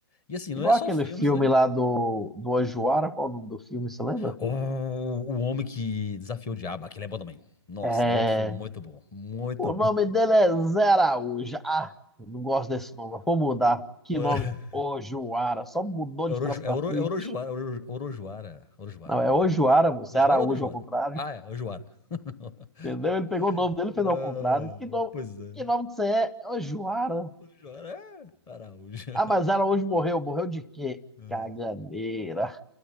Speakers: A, on the left; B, in the centre.
A: E assim, não
B: Igual
A: é só
B: aquele
A: filmes,
B: filme
A: né?
B: lá do, do Ojuara, qual é o nome do filme, você lembra?
A: O, o Homem que Desafiou o Diabo, aquele é bom também. Nossa,
B: É,
A: é outro filme muito bom, muito
B: O
A: bom.
B: nome dele é Zé Araújo. Ah, eu não gosto desse nome. Vou mudar. Que
A: <laughs>
B: nome? Ojoara. Só mudou
A: É
B: de
A: Oroju,
B: trás pra
A: é Oro,
B: frente.
A: é Orojuara, Oro- Orojuara, Orojuara,
B: Não, é
A: Orojuara.
B: Ojoara, moço.
A: Orojuara
B: É Araújo
A: ou Orojuara?
B: ao contrário.
A: Ah, é, Orojuara. <laughs>
B: Entendeu? Ele pegou o nome dele e fez
A: Ah,
B: ao contrário. Que nome,
A: pois é.
B: que nome que você é? É Ojoara.
A: Orojuara é Araújo.
B: Ah, mas Araújo morreu. Morreu de quê?
A: Ah,
B: Caganeira.